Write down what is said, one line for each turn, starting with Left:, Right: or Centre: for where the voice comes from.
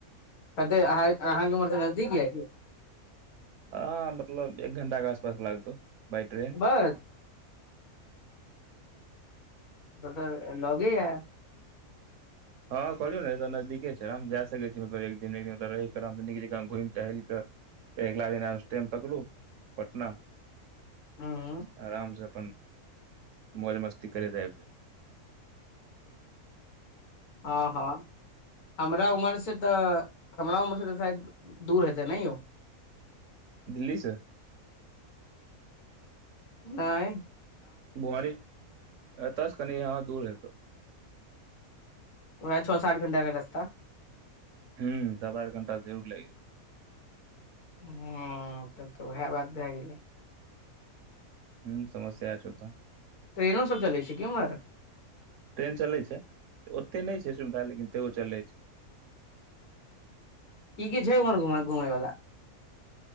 Left: कहते आहाँ के उमर से नजदीकी यै
Right: हँ मतलब एक घंटा के आसपास लागतौ बाय ट्रेन
Left: बस तऽ तऽ लगेया
Right: हँ कहलियौ ने एतऽ नजदीके छै आाम जाय सकै छी मतलब एक दिन एक दिन रहि क आराम नीक जकां घुमि टहलि कऽ अगिला दिना स्टेम पकरू पटना
Left: हूँ
Right: आरामसँ अपन मौज मस्ती करैत आबि जाउ
Left: हँ हँ हमरा उमर से तऽ हमरा उमर से तऽ शायद दूर हेतै ने यौ
Right: दिल्ली सँ
Left: हाय
Right: बुआरी एतास कनी हाँ दूर हतौ
Left: वएह छ सात घण्टा के रस्ता
Right: हूं सात आठ घण्टा जरूर लागि जे तौ
Left: हूँ तब तऽ उएह बात भए गेलै
Right: हूँ समस्या छौ तऽ
Left: ट्रेनो सब चले छै की उमहर
Right: ट्रेन चलै छै ओते नहि छै सुविधा लेकिन तैयो चलै छै
Left: की की छै उमहर घुम घुमै वला